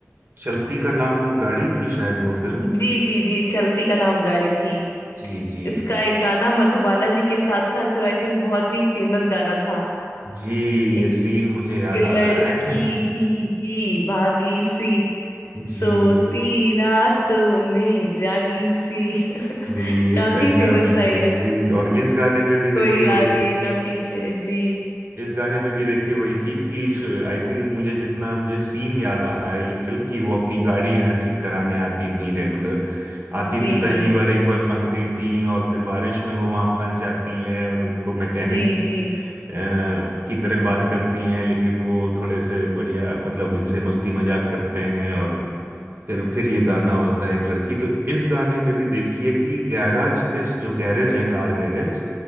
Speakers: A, on the right (about 45°); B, on the left (about 60°).
A: चलती का नाम गाड़ी थी शायद वो फिल्म
B: जी जी जी चलती का नाम गाड़ी थी
A: जी जी
B: इसका एक गाना मधुबाला जी के साथ था जो आई थिंक बहुत ही फेमस गाना था
A: जी
B: एक
A: ये सीन मुझे याद
B: लड़की
A: आ रहा है
B: भीगी भागी सी
A: <laughs> जी
B: सोती रातों में जागी सी <laughs>
A: मिली
B: काफी
A: एक अजनबी
B: फेमस था ये
A: से
B: गाना।
A: जी और इस गाने में भी
B: कोई
A: देखिए वही
B: आगे ना पीछे जी
A: इस गाने में भी देखिए वही चीज कि आई थिंक मुझे जितना मुझे सीन याद आ रहा है ये फिल्म की वो अपनी गाड़ी यहाँ ठीक कराने आती थी रेगुलर आती
B: जी
A: थी पहली
B: जी
A: बार एक बार फंस गई थी और फिर बारिश में वो वहां फंस जाती हैं और इनको मैकेनिक्स
B: जी जी
A: की तरह बात करती हैं लेकिन वो थोड़े से बढ़िया मतलब इनसे मस्ती मजाक करते हैं और फिर फिर ये गाना होता है एक लड़की तो इस गाने में भी देखिए कि गैराज के जो गैरेज है कार गैरेज